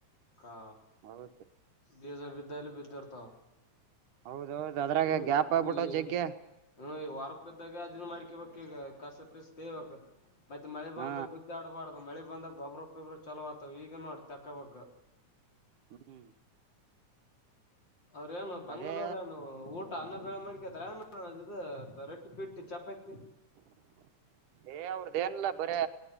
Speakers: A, on the left; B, on the right.
A: ಕಾ
B: ಹೌದು
A: ಬೀಜ ಬಿದ್ದಲ್ಲಿ ಬಿದ್ದಿರುತ್ತವ
B: ಹೌದೌದು ಅದ್ರಾಗ
A: ಹ್ಮ
B: ಗ್ಯಾಪ್ ಆಗ್ಬಿಟ್ಟ
A: ಇಲ್ಲಿ
B: ಜಗ್ಗೆ
A: ಹೊರಪಿದ್ದಾಗ ಅದು ಇದು ಮಾಡಿ ಈಗ ಕಸ ಪೀಸಾ ತಗಿಬೇಕು ಮತ್ತ ಮಳೆ ಬಂದಾಗ
B: ಹಾ
A: ಉಜ್ಜಿ ಆಡಬಾರದು ಮಳೆ ಬಂದಗ ಗೊಬ್ರ ಪಿಬ್ರ ಚಲೋ ಆಗ್ತಾವ ಈಗೆ ನೋಡ ತಕ್ಕೋಬೇಕು
B: ಹ್ಮ.
A: ಅವ್ರೇನು ಬಂಗಾಲ್ಯಾರು
B: ಅದೇ
A: ಏನು ಊಟ ಅನ್ನ ಬೆಳೆ ಮಾಡಕೆ...? <unintelligible> ರೊಟ್ಟಿ ಬಿಟ್ಟಿ ಚಪಾತಿ
B: ಏ ಅವರದ್ದು ಏನಿಲ್ಲ ಬರೆ